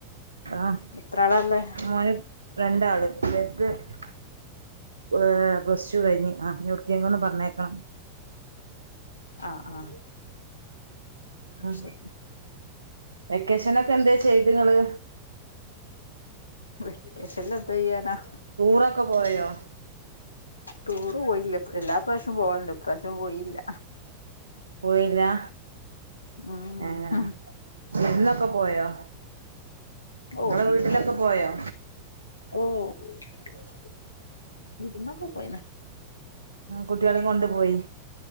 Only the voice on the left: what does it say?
എത്ര ആളാള്ളെ
ആഹ് ആഹ്.
ശരി
വെക്കേഷനിൽ എന്ത് ചെയ്യാനാ?
ടൂർ പോയില്ല എല്ലാ പ്രാവശ്യം പോകലുണ്ട് ഇപ്രാവശ്യം പോയില്ല.
ഉം
ഓ
വിരുന്നൊക്കെ
ഓ <unintelligible> പോ